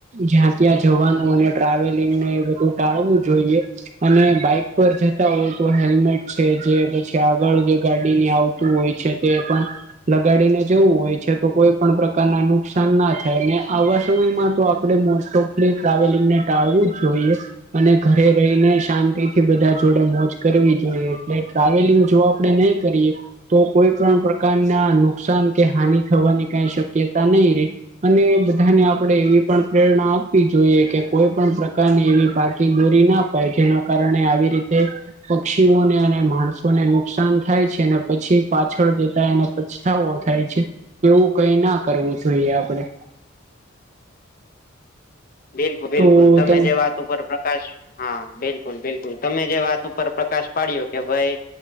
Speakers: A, on the right; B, on the left.
A: જ્યાં ત્યાં જવાનુ, અને ટ્રાવેલિંગ ને એ બધું ટાળવું જોઈએ. અને બાઈક પર જતા હોય. તો હેલ્મેટ છે જે પછી આગળ જે ગાડીની આવતું હોય છે, તે પણ લગાડીને જવું હોય છે તો કોઈ પણ પ્રકારના નુકસાન ના થાય ને આવા સમયમાં તો આપણે મો ટોપલી ટ્રાવેલિંગ ને ટાળવું જ જોઈએ. અને ઘરે રહીને શાંતિ થી બધા જોડે મોજ કરવી જોઈએ એટલે ટ્રાવેલિંગ જો આપણે નહી કરીએ તો કોઈ પણ પ્રકારના નુકસાન કે હાનિ થવાની કઈ શક્યતા નહી રે અને બધાને આપણે એવી પણ પ્રેરણા આપવી જોઈએ કે કોઈ પણ પ્રકારની એવી પાકી દોરી ના જેના કારણે આવી રીતે પક્ષીઓને અને માણસોને નુકસાન થાય છે અને પછી પાછળ જેતા એને પછતાાવો થાય છે, એવુ કઈ ના કરવું જોઈએ આપડે
B: બિલકુલ બિલકુલ
A: તો
B: તમે
A: ત
B: જે વાત ઉપર પ્રકાશ હા બિલકુલ બિલકુલ તમે જે વાત ઉપર પ્રકાશ પાડ્યો કે ભાઈ